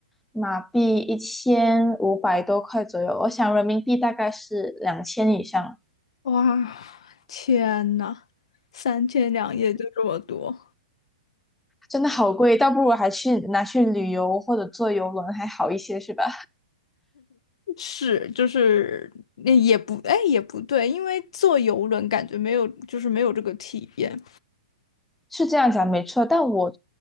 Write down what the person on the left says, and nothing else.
哇，天呐，三天两夜就这么多。
是，就是那也不，哎，也不对，因为坐游轮感觉没有，就是没有这个体验。